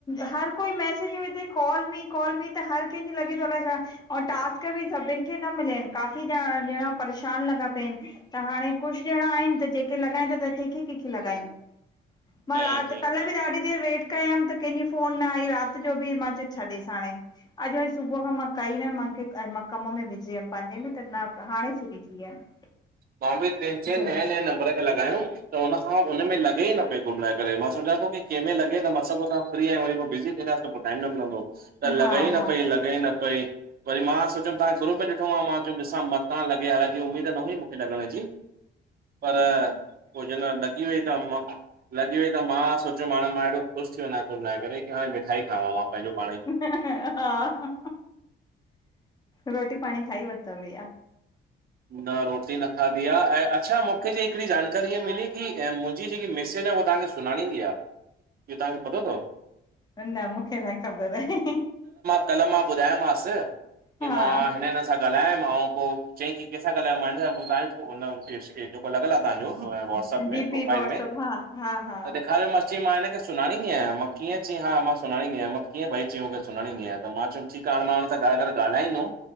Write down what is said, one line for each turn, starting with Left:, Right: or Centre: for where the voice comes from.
Left: हर कोई मैसेज विझे, कॉल मी, कॉल मी त हर कंहिंजो लॻे थो अलाए छा ओ टास्क बि सभिननि खें न मिलिया आहिन, काफ़ी ॼणा परेशान लॻा पिया आहिन। त हाणे कुछ ॼणा आहिन, त जेके लॻाइनि था, त कंहिंखे कंहिंखे लॻाइनि? मां
Right: हम्म
Left: राति,
Right: हम्म
Left: कल्ह
Right: हम्म
Left: बि ॾाढी देरि वेट कयमि, त कंहिंजी फोन न आई राति जो बि, मां चयो छॾेसि हाणे। अॼु वरी सुबुह खां मां कई न हुयमि, माखे मां कमु में बिजी हुयमि पंहिंजे में त, मां हाणे फ्री थी वियमि।
Right: मां बि टिन चइ
Left: अच्छा
Right: नएं नएं नबर खे लॻायुमि, त हुनखां हुनमें लगे ई न प्यो घुमलाए करे, मां सोचां थो की कंहिंमें लॻे त सुबह सां फ्री आहियूं, वरी पोइ बिज़ी थी वेंदासि त पोइ टाइम न मिलंदो। त
Left: हा
Right: लॻे
Left: हा
Right: ई
Left: हा
Right: न पई ल लॻे ही न पई, वरी मां सोचयुमि तां ग्रुप में ॾिठो माउ मां चयुंम, ॾिसां मतां लॻे हालांकि उम्मीद उम्मीद न हुई मूंखे लॻण जी, पर पोइ जन लॻी वई त मा लॻी वई त मां सोचियोमि हाणे मां हेॾो ख़ुश थी वञ कुल मिलाए करे, कि हाणे मिठाई खावां मां पंहिंजो पाणई।
Left: हा, रोटी पाणी खाई वरितवे भईया?
Right: न रोटी न खाधी आ। ऐं अच्छा मूंखे ॼे हिकिड़ी जानकारीय मिली, कि मुंहिंजी जेकी मिसिस आहे उहा तव्हांखे सु सुञाणंदी आहे। इहो तव्हां खें पतो अथव?
Left: न न मूंखे न ख़बर आहे।
Right: कल मां ॿुधायोमांसि, कि
Left: हा
Right: मां हिन हिन सां ॻाल्हायमि आओ पोइ चईं कि केसां ॻाल्हायो मां न पो बुधायो पो उन जो जेको लॻल आहे त्हां जो व्हाट्सप्प
Left: डीपी
Right: प्रोफाइल
Left: वॉट्सप
Right: में,
Left: हा हा हा
Right: त ॾेखायो मां स चईं मां हिनखे सुञाणींदी आहियां मां, किय चई हा मां सुञाणींदी आहियां मां, कीअं भई च्यो मां सुञाणींदी आहियां त मां च्यो ठीकु आ हाणे मां हुन सां ॻाल्हाईंदुमि।